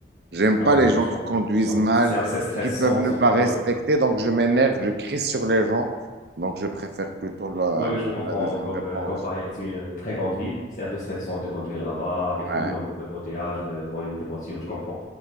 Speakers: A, on the right; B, on the left.
A: J'aime
B: Ah
A: pas
B: oui,
A: les
B: oui,
A: gens
B: je
A: qui
B: comprends.
A: conduisent
B: Je comprends.
A: mal,
B: C'est assez stressant,
A: qui peuvent ne
B: surtout
A: pas respecter.
B: euh,
A: Donc, je m'énerve. Je crie sur les gens. Donc, je préfère plutôt la,
B: Oui, oui,
A: la-
B: je comprends.
A: la deuxième
B: Comme,
A: réponse.
B: euh, comme Paris est une très grande ville, c'est un peu stressant de conduire là-bas avec
A: Ouais.
B: tout l'embouteillage, le volume des voitures, je comprends.